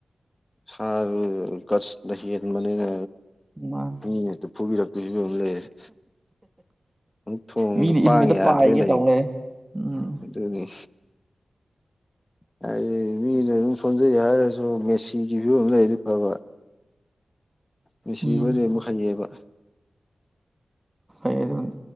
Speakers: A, on the left; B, on the right.
A: ꯁꯥꯔ ꯀꯁꯅ ꯍꯦꯟꯕꯅꯤꯅ
B: ꯃꯥꯅꯦ
A: ꯃꯤ ꯐꯨꯕꯤꯔꯛꯛꯇ ꯕ ꯑꯃ ꯂꯩꯔꯦ ꯊꯣꯡꯕꯗ
B: ꯃꯤꯅ
A: ꯈ꯭ꯋꯥꯡ
B: ꯏꯟꯕꯗ
A: ꯌꯥꯗ꯭ꯔꯦ
B: ꯄꯥꯏꯒꯦ
A: ꯂꯩꯈ꯭ꯔꯦ
B: ꯇꯧ ꯂꯩꯔꯦ ꯎꯝ
A: ꯑꯗꯨꯗꯅꯦꯅꯤ ꯍꯥꯏꯗꯤ ꯃꯤꯅ ꯑꯗꯨꯝ ꯁꯣꯟꯖꯩ ꯍꯥꯏꯔꯁꯨ ꯃꯦꯁꯤꯒꯤ ꯐꯤꯕꯝ ꯂꯩꯗꯤ ꯐꯕ ꯅꯨꯡꯁꯤꯕꯗꯤ
B: ꯎꯝ
A: ꯑꯃꯨꯛ ꯍꯩꯌꯦꯑꯕ
B: ꯑꯗꯅꯤ